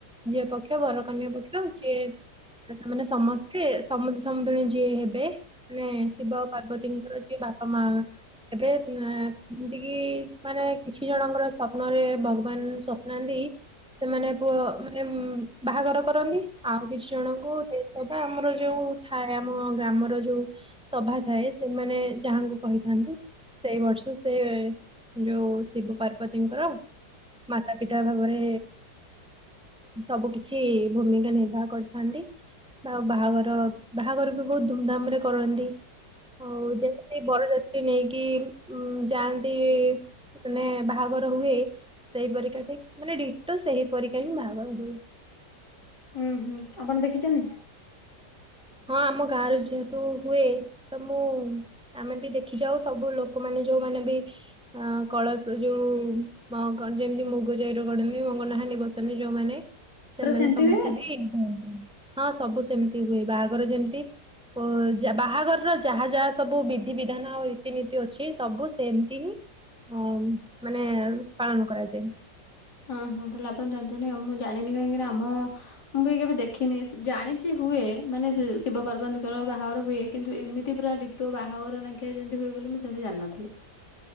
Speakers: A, in the centre; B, on the left (about 70°).
A: ଝିଏ ପକ୍ଷ ବରକନ୍ୟା ପକ୍ଷ ସିଏ ସେମାନେ ସମସ୍ତେ ସମୁଦି ସମୁଦୁଣୀ ଯିଏ ହେବେ, ମାନେ ଶିବ ଆଉ ପାର୍ବତୀଙ୍କର ଯିଏ ବାପା ମା ହେ, ଏମିତିକି କିି ମାନେ କିଛି ଜଣଙ୍କର ସ୍ଵପ୍ନରେ ଭଗବାନ ସ୍ୱପ୍ନାନ୍ତି, ସେମାନେ ପୁଅ ମାନେ ବାହାଘର କରନ୍ତି ଆଉ କିଛି ଜଣଙ୍କୁ ଦେସ ବା ଆମର ଯୋଉ ଥାଏ ଆମ ଗ୍ରାମର ଯୋଉ ସଭା ଥାଏ, ସେମାନେ ଯାହାଙ୍କୁ କହିଥାନ୍ତି। ସେଇ ବର୍ଷ ସେ ଯୋଉ ଶିବ ପାର୍ବତୀଙ୍କର ମାତା ପିତା ଭାବରେ ସବୁ କିଛି ଭୂମିକା ନିର୍ବାହ କରିଥାନ୍ତି। ଆଉ ବାହାଘର, ବାହାଘର ବି ବହୁତ ଧୁମଧାମ ରେ କରନ୍ତି। ଆଉ ଯେମିତି ବରଯାତ୍ରୀ ନେଇକି ଉଁ ଯାଆନ୍ତି ଇଏ। ମାନେ ବାହାଘର ହୁଏ, ସେଇ ପରିକା ମାନେ ଡିଟୋ ସେଇ ପରୀିକା ହିଁ ବାହାଘର ହୁଏ।
B: ହୁଁ ହୁଁ ଆପଣ ଦେଖିଛନ୍ତି।
A: ହଁ ଆମ ଗାଁ ର ଯେହେତୁ ହୁଏ ତ ମୁଁ ଆମେ ବି ଦେଖିଛୁ, ଆଉ ସବୁ ଲୋକମାନେ ଯୋଉମାନେ ବି ଅ କଳସ ଯୋଉ ମଗନ ଯେମିତି ମୁଗ ଯାଇ ରଗଢନି ମଙ୍ଗନାହାଣ୍ଡି ବସାନ୍ତିି, ଯୋଉମାନେ, ସେମାନେ
B: ପୁରା ସେମିତି
A: ସମସ୍ତେ
B: ହୁଏ?
A: ବି <unintelligible> ହଁ ସବୁ ସେମିତି ହୁଏ ବାହାଘର ଯେମତି। ଓ ଯ ବାହାଘରର ଯାହା ଯାହା ସବୁ ବିଧିବିଧାନ ଆଉ ରୀତିନୀତି ଅଛି, ସବୁ ସେମତି ହିଁ ହୁଁ ମାନେ ପାଳନ କରାଯାଏ।
B: ହଁ ହଁ ତାହେଲେ ଆପଣ ଜାଣିଛନ୍ତି ଆଉ, ମୁଁ ଜଣିନି କାହିଁକିନା ଆମ ମୁଁ ବି କେବେ ଦେଖିନି, ଜାଣିଛି ହୁଏ ମାନେ ଶିବ ପର୍ବତୀଙ୍କର ବାହାଘର ହୁଏ। କିନ୍ତୁ ଏମିତି ପୁରା ଡିଟୋ ବାହାଘର ନାଖିଆ ଯେମିତି ହୁଏ ବୋଲି ମୁଁ ସେମିତି ଜାଣିନଥିଲି।